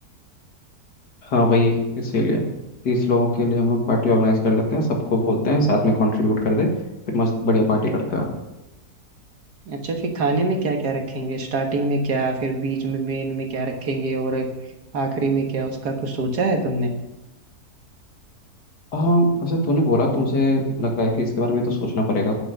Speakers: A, on the left (about 80°); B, on the right (about 75°).
A: हाँ वही इसीलिए तीस लोगों के लिए हम लोग पार्टी ऑर्गेनाइज कर लेते हैं सबको बोलते हैं साथ में कंट्रीब्यूट कर दे फिर मस्त बढ़िया पार्टी करते हैं
B: अच्छा फिर खाने में क्या क्या रखेंगे स्टार्टिंग में क्या फिर बीच में मेन में क्या रखेंगे और आखिरी में क्या उसका कुछ सोचा है तुमने
A: हाँ वैसे तूने बोला तुमसे लग रहा है कि इसके बारे में तो सोचना पड़ेगा